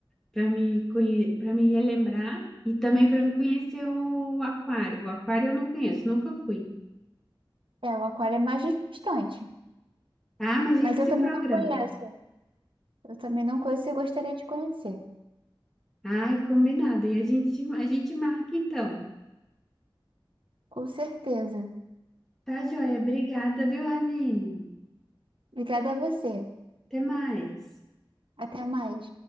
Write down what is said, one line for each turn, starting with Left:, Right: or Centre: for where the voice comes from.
Centre: para me, conhe- pra me relembrar e também para me conhecer o aquário. O aquário eu não conheço, nunca fui.
Right: É, o aquário é mais distante,
Centre: Ah, mas a
Right: mas
Centre: gente
Right: eu
Centre: se
Right: também
Centre: programa.
Right: não conheço. Eu também não conheço e gostaria de conhecer.
Centre: Ai, combinado. E a gente, a gente marca então.
Right: Com certeza.
Centre: Tá, joia? Obrigada, viu, Ravine?
Right: Obrigada a você.
Centre: Até mais.
Right: Até mais.